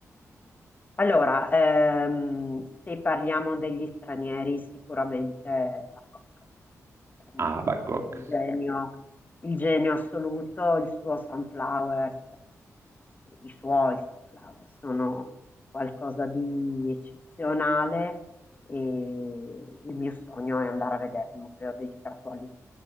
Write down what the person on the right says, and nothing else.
Ah, Van Gogh.